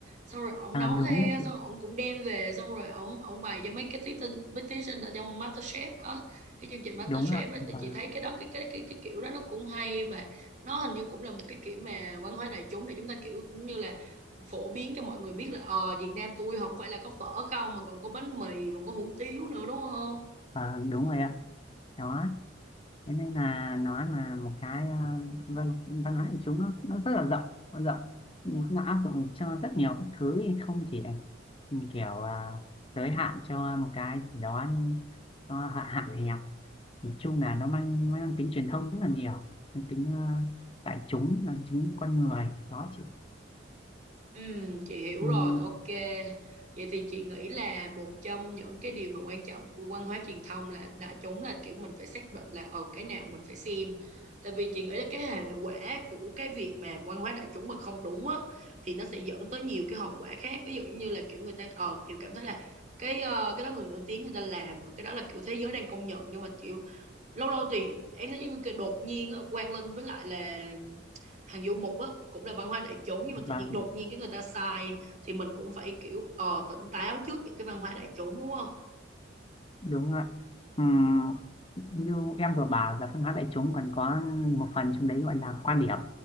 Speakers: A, on the right; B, on the left.
A: xong rồi ổng
B: à,
A: nấu
B: đúng
A: theo
B: đấy chị
A: xong ổng cũng đem về xong rồi ổng ổng bày cho mấy cái thí sinh mấy thí sinh ở trong MasterChef á cái chương trình MasterChef
B: đúng ạ
A: đó
B: và,
A: thì chị thấy cái đó cái cái cái cái kiểu đó nó cũng hay và nó hình như cũng là một cái kiểu mà văn hóa đại chúng để chúng ta kiểu cũng như là phổ biến cho mọi người biết là ờ Việt Nam tôi không phải là có phở không mà còn có bánh mì còn có hủ tiếu nữa đúng không
B: và đúng rồi ạ đó thế nên là nó là một cái à, văn văn hóa của chúng nó, nó rất là rộng nó rộng nhưng nó áp dụng cho rất nhiều các thứ không chỉ ừ, kiểu à, giới hạn cho một cái gì đó như- nó hạn hạn hẹp nhìn chung là nó mang mang tính truyền thông rất là nhiều mang tính ờ, đại chúng mang tính con người đó chị
A: Ừ, chị hiểu
B: Ừm,
A: rồi, ok. Vậy thì chị nghĩ là một trong những cái điều mà quan trọng của văn hóa truyền thông là đại chúng là kiểu mình phải xác định là ờ cái nào mình phải xem. Tại vì chị nghĩ là cái hệ quả của cái việc mà văn hóa đại chúng mà không đúng á thì nó sẽ dẫn tới nhiều cái hậu quả khác. Ví dụ giống như là kiểu người ta ờ kiểu cảm thấy là cái ờ, cái đó người nổi tiếng người ta làm và cái đó là kiểu thế giới đang công nhận nhưng mà kiểu lâu lâu thì em thấy giống như cái đột nhiên á, Quang Linh với lại là Hằng Du Mục á cũng là văn hóa đại chúng nhưng mà tự
B: và
A: nhiên đột nhiên cái người ta sai thì mình cũng phải kiểu ờ, tỉnh táo trước những cái văn hóa đại chúng đúng không
B: đúng rồi ạ. Ừm, như em vừa bảo là văn hóa đại chúng còn có một phần trong đấy gọi là quan điểm